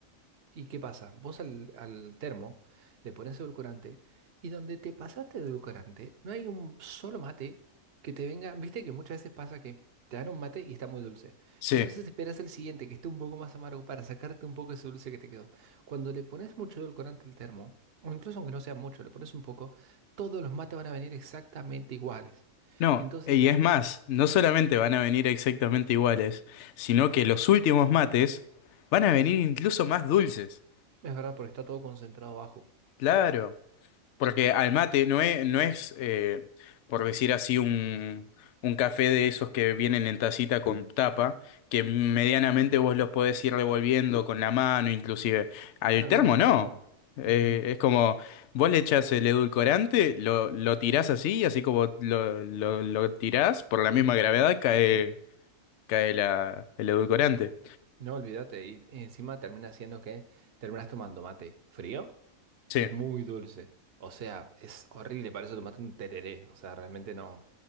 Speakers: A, on the right; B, on the left.
A: ¿Y qué pasa? Vos al, al termo le pones edulcorante y donde te pasaste de edulcorante no hay un solo mate que te venga. Viste que muchas veces pasa que te dan un mate y está muy dulce.
B: sí.
A: Entonces esperas el siguiente que esté un poco más amargo para sacarte un poco ese dulce que te quedó. Cuando le pones mucho edulcorante al termo, o incluso aunque no sea mucho, le pones un poco, todos los mates van a venir exactamente iguales.
B: No,
A: Entonces,
B: y es más, no solamente van a venir exactamente iguales, sino que los últimos mates van a venir incluso más dulces.
A: es verdad porque está todo concentrado abajo.
B: Claro. Porque al mate no es, no es eh, por decir así, un, un café de esos que vienen en tacita con tapa, que medianamente vos los podés ir revolviendo con la mano, inclusive. Al
A: Claro,
B: termo
A: no, el
B: no.
A: termo.
B: Eh,
A: mm, mm.
B: es como, vos le echás el edulcorante, lo, lo tirás así, y así como lo, lo, lo tirás, por la misma gravedad cae,
A: Ujú.
B: cae la, el edulcorante.
A: No, olvídate. Y encima termina siendo que terminas tomando mate frío
B: Sí,
A: y muy dulce. O sea, es horrible. Para eso tomaste un tereré. O sea, realmente no.